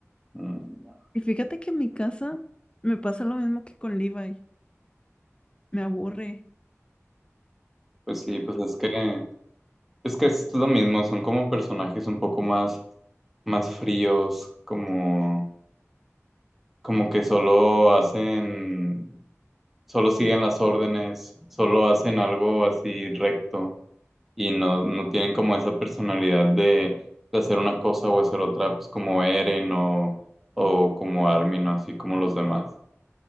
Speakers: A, in the centre; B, on the left (about 20°).
A: Mm, ya.
B: Y fíjate que en mi casa me pasa lo mismo que con Levi, me aburre.
A: Pues sí, pues es que... Es que es lo mismo, son como personajes un poco más, más fríos, como, como que solo hacen, solo siguen las órdenes, solo hacen algo así recto y no, no tienen como esa personalidad de, de hacer una cosa o hacer otra, pues como Eren o, o como Armin, o así como los demás.